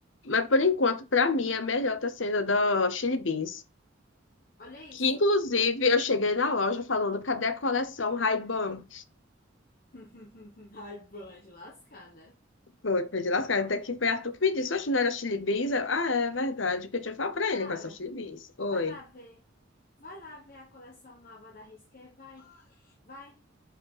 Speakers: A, on the left; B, on the left.
A: Mas por enquanto, pra mim, a melhor tá sendo a da Chili Beans.
B: Olha isso.
A: Que inclusive eu cheguei na loja falando, cadê a coleção Ray-Ban?
B: <laughs> Ai, ban de lascar, né?
A: Foi, foi de lascar, até que foi Arthur que me disse, oxe, não era Chili Beans? Eu, ah, é verdade, porque eu tinha falado pra
B: Clara,
A: ele com essa Chili Beans. Oi.
B: vai lá ver. Vai lá ver a coleção nova da Risqué, vai, vai.